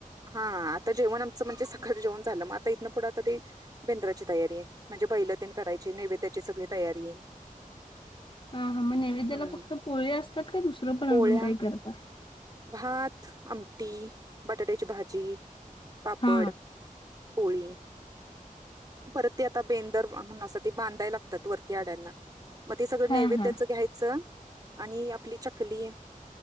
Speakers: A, on the right; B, on the left.
A: हा, आता जेवण आमचं म्हणजे सगळं जेवण झालं. मग आता इथन पुढं आता ते बेंद्राची तयारी, म्हणजे बैलतेन करायची, नैवेद्याची सगळी तयारी.
B: हा-हा, मग नैवेद्याला
A: हम्म
B: फक्त पोळे असतात का? दुसरं पण
A: पोळ्या,
B: अजून काही करता.
A: भात, आमटी, बटाट्याची भाजी, पापड.
B: हा.
A: पोळी, परत ते आता बेंदर, म्हणून ते बांधाय लागतात वरती आड्यांना. मग ते सगळं
B: हा
A: नैवेद्याचं
B: हा
A: घ्यायचं, आपली चकली